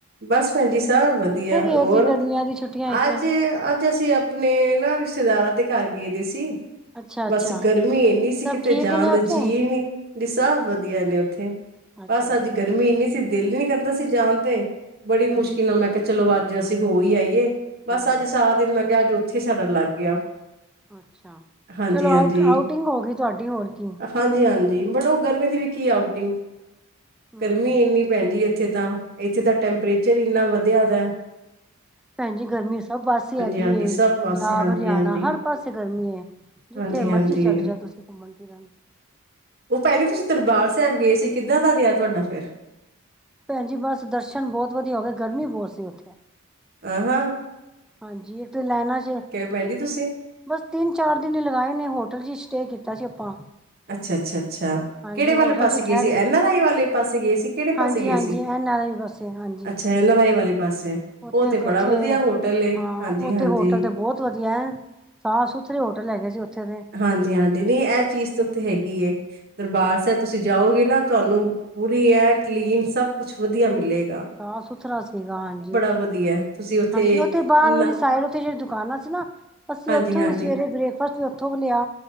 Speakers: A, on the right (about 45°); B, in the centre.
A: ਬਸ ਭੈਣ ਜੀ ਸਭ
B: ਕਿੱਥੇ
A: ਵਧੀਆ,
B: ਗਏ
A: ਔਰ
B: ਸੀ ਗਰਮੀਆਂ ਦੀ ਛੁੱਟੀਆਂ ਵਿੱਚ
A: ਅੱਜ, ਅੱਜ ਅਸੀਂ ਆਪਣੇ ਨਾ ਰੀ ਰਿਸ਼ਤੇਦਾਰਾਂ ਦੇ ਘਰ ਗਏ ਦੇ ਸੀ।
B: ਅੱਛਾ ਅੱਛਾ
A: ਬਸ ਗਰਮੀ ਇੰਨੀ ਸੀ
B: ਸਭ
A: ਕਿਤੇ
B: ਠੀਕ
A: ਜਾਣ
B: ਨੇ
A: ਦਾ
B: ਉੱਥੇ
A: ਜੀਅ ਨੀ, ਸਭ ਵ ਗਏ ਨੇ ਉੱਥੇ,
B: ਅੱਛਾ
A: ਬਸ ਅੱਜ ਗਰਮੀ ਇੰਨੀ ਸੀ ਦਿਲ ਹੀ ਨੀ ਕਰਦਾਂ ਸੀ ਜਾਣ ਤੇ। ਬੜੀ ਮੁਸ਼ਕਿਲ
B: ਹੂੰ
A: ਨਾਲ ਮੈਂ ਕਿਹਾ ਚਲੋ ਅੱਜ ਅਸੀਂ ਹੋ ਹੀ ਆਈਏ, ਬਸ
B: ਹੂੰ ਹੂੰ
A: ਅੱਜ ਸਾਰਾ ਦਿਨ ਮੈਂ ਕਿਹਾ ਅੱਜ ਉੱਥੇ ਸਾਡਾ ਲੱਗ ਗਿਆ।
B: ਅੱਛਾ,
A: ਹਾਂਜੀ
B: ਚਲੋ
A: ਹਾਂਜੀ
B: ਆਊਟ ਆਊਟਿੰਗ ਹੋ ਗਈ ਤੁਹਾਡੀ, ਹੋਰ ਕੀ।
A: ਹਾਂਜੀ ਹਾਂਜੀ, ਬਟ ਉਹ ਗਰਮੀ ਦੀ ਵੀ ਕੀ ਆਊਟਿੰਗ,
B: ਹੂੰ
A: ਗਰਮੀ ਇੰਨੀ ਪੈਣਦੀ ਏ। ਇੱਥੇ ਤਾਂ, ਇੱਥੇ ਤਾਂ ਟੈਂਪਰੇਚਰ ਹੀ ਇੰਨਾ ਵਧੀਆ ਦਾ ਏ।
B: <inaudible> ਭੈਣਜੀ ਗਰਮੀ ਸਭ ਪਾਸੇ ਹੈਗੀ
A: ਹਾਂਜੀ
B: ਏ,
A: ਸਭ
B: ਪੰਜਾਬ,
A: ਪਾਸੇ ਹਾਂਜੀ
B: ਹਰਿਆਣਾ
A: ਹਾਂਜੀ
B: ਹਰ ਪਾਸੇ ਗਰਮੀ ਹੈ। ਜਿੱਥੇ
A: ਹਾਂਜੀ ਹਾਂਜੀ
B: ਮਰਜ਼ੀ ਚੱਲ ਜਾਓ ਤੁਸੀਂ ਘੁੰਮਣ ਫਿਰਨ
A: ਉਹ ਪਹਿਣ ਜੀ ਤੁਸੀਂ ਦਰਬਾਰ ਸਾਹਿਬ ਗਏ ਸੀ। ਕਿੱਦਾਂ ਦਾ ਰਿਹਾ ਤੁਹਾਡਾ ਫਿਰ।
B: ਭੈਣ ਜੀ ਬਸ ਦਰਸ਼ਨ ਬਹੁਤ ਵਧੀਆ ਹੋ ਗਏ, ਗਰਮੀ ਬਹੁਤ ਸੀ ਉੱਥੇ।
A: ਆ ਹਾ।
B: ਹਾਂਜੀ ਇੱਕ ਤੇ ਲੈਣਾ ਚ
A: ਭੈਣ ਜੀ ਤੁਸੀਂ
B: ਬਸ ਤਿੰਨ ਚਾਰ ਦਿਨ ਹੀ ਲਗਾਏ ਨੇ, ਹੋਟਲ ਚ ਹੀ ਸਟੇ ਕੀਤਾ ਸੀ। ਆਪਾਂ
A: ਅੱਛਾ-ਅੱਛਾ-ਅੱਛਾ,
B: ਹਾਂਜੀ
A: ਕਿਹੜੇ ਵਾਲੇ
B: ਹੋਟਲ
A: ਪਾਸੇ
B: ਚ
A: ਗਏ
B: ਠਹਿਰੇ
A: ਸੀ? ਐਨ ਆਰ ਆਈ ਵਾਲੇ ਪਾਸੇ ਗਏ ਸੀ, ਕਿਹੜੇ ਪਾਸੇ
B: ਹਾਂਜੀ
A: ਗਏ
B: ਹਾਂਜੀ
A: ਸੀ?
B: ਐਨ ਆਰ ਆਈ ਵਾਸਤੇ, ਹਾਂਜੀ।
A: ਅੱਛਾ ਐਨ ਆਰ ਆਈ ਵਾਲੇ ਪਾਸੇ
B: ਉੱਥੇ
A: ਉਹ ਤੇ
B: ਇੱਕ ਉੱਥੇ,
A: ਬੜਾ ਵਧੀਆ ਹੋਟਲ ਏ
B: ਹਾਂ
A: ਹਾਂਜੀ
B: ਉੱਥੇ
A: ਹਾਂਜੀ
B: ਹੋਟਲ ਤੇ ਬਹੁਤ ਵਧੀਆ ਹੈ। ਸਾਫ ਸੁਥਰੇ ਹੋਟਲ ਹੈਗੇ ਸੀ ਉੱਥੇ ਦੇ।
A: ਹਾਂਜੀ-ਹਾਂਜੀ, ਨਹੀਂ ਇਹ ਚੀਜ਼ ਤਾਂ ਉੱਥੇ ਹੈਗੀ ਏ। ਦਰਬਾਰ
B: ਹਾਂ
A: ਸਾਹਿਬ ਤੁਸੀਂ ਜਾਓਗੇ ਨਾ ਤੁਹਾਨੂੰ ਪੂਰੀ ਇਹ ਕਲੀਨ, ਸਭ ਕੁਛ ਵਧੀਆ ਮਿਲੇ
B: ਸਾਫ ਸੁਥਰਾ ਸੀਗਾ ਹਾਂਜੀ,
A: ਵਧੀਆ ਤੁਸੀਂ
B: ਹਾਂਜੀ ਉੱਥੇ ਬਾਹਰ ਵਾਲੀ
A: ਨਾ
B: ਸਾਈਡ ਉਥੇ ਜਿਹੜੀ ਦੁਕਾਨਾਂ ਸੀ ਨਾ, ਅਸੀਂ
A: ਹਾਂਜੀ
B: ਉੱਥੋਂ
A: ਹਾਂਜੀ
B: ਹੀ ਸਵੇਰੇ ਬ੍ਰੇਕਫਾਸਟ ਵੀ ਉੱਥੋਂ ਲਿਆ।